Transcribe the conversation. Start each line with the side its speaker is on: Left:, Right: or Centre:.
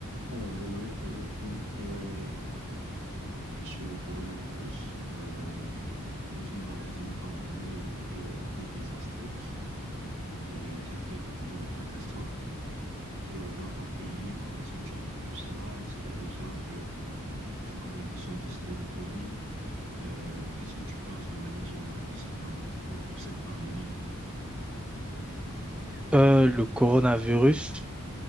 Right: Alors, j'aimerais savoir plus quel est ton avis sur le coronavirus. Euh, c'est une maladie, une pandémie euh, qui a été désastreuse et qui a fait beaucoup de catastrophes. Alors, dans ton pays, comment est-ce que tu as vécu cela? Est-ce qu'il y a des gens que tu connais qui sont décédés de COVID? Euh, qu'est-ce que tu penses de manière générale de cette maladie, de cette pandémie?
Centre: Euh, le coronavirus,